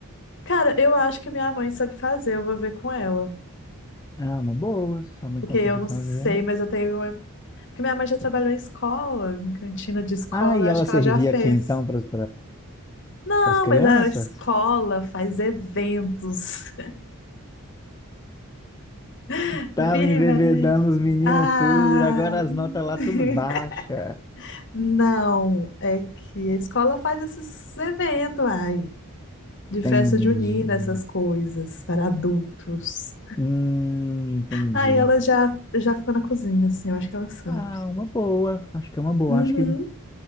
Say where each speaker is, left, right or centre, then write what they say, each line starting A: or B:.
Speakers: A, on the left; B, on the left.
A: Cara, eu acho que minha mãe sabe fazer, eu vou ver com ela.
B: Ah, uma boa, se sua mãe
A: Porque
B: conseguir
A: eu não
B: fazer.
A: sei, mas eu tenho. é, Porque minha mãe já trabalhou em escola, em cantina de escola,
B: Ah, e
A: eu
B: ela
A: acho que
B: servia
A: ela já fez.
B: aqui então para as
A: Não,
B: crianças?
A: mas a escola faz eventos. <laughs>
B: Tava
A: Vira
B: embebedando
A: e mexe.
B: os meninos
A: Ah!
B: tudo, agora as notas lá
A: <laughs>
B: tudo baixa.
A: Não, é que a escola faz esses eventos, ai, de festa
B: Entendi.
A: junina, essas coisas, para adultos.
B: Hum, entendi.
A: Aí ela já, já ficou na cozinha, assim, eu acho que ela sabe.
B: Ah, uma boa. Acho que é uma boa.
A: Uhum.
B: Acho que,